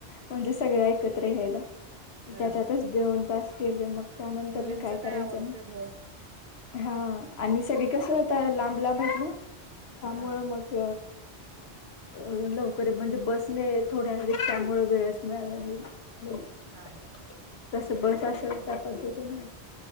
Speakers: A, on the left (about 70°); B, on the right (about 55°).
A: म्हणजे सगळ्या एकत्र या्यायला
B: हा.
A: त्याच्यातच दोन तास गेले मग त्यानंतर
B: मुलींच
A: न काय करायचं
B: आवडते
A: म
B: घोळ.
A: हा आणि सगळी कसं आता लांब लांब आहेत ना त्यामुळं
B: हा
A: मग अ लवकर म्हणजे बसने थोड्या रिक्षांमुळे वेळच मिळाला नाही --
B: हा.
A: कसं बस असेल त्या पद्धतीनं